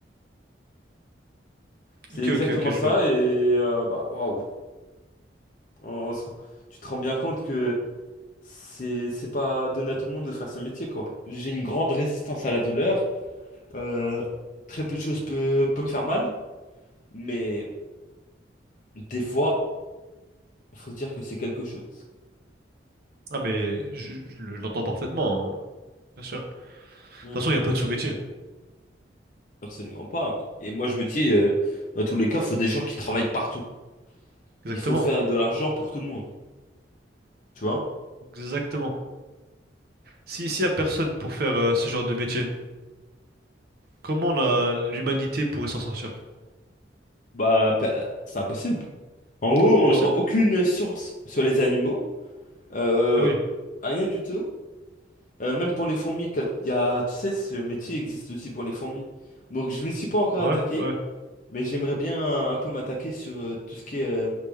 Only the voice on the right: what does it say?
Ok,
ok, ok, je
vois.
Ah mais je, je l'entends parfaitement, hein, bien sûr. De
toute façon, il y a pas de sous-métier.
Exactement,
exactement. Si s'il y a personne pour faire euh, ce genre de métier, comment la l'humanité pourrait s'en sortir?
C'est impossible.
Eh oui.
Ouais,
ouais.